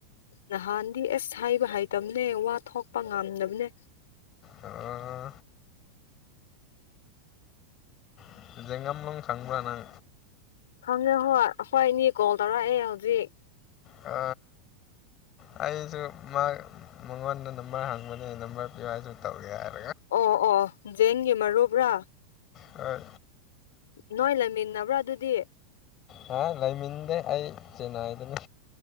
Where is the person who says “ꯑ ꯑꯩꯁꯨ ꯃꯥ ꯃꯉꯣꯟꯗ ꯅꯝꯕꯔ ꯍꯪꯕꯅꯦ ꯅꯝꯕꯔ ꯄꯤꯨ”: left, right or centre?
Left